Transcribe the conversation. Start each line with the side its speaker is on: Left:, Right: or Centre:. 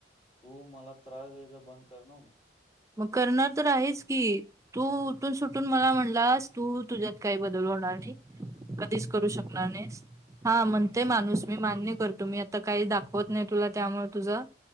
Left: तू मला त्रास द्यायचा बंद कर ना मग.
Right: मग करणार तर आहेच की. तू उठून सुटून मला म्हणलास तू तुझ्यात काही बदल होणार नाही. कधीच करू शकणार नाहीस. हा म्हणते माणूस मी मान्य करतो मी आता काही दाखवत नाही तुला त्यामुळे तुझं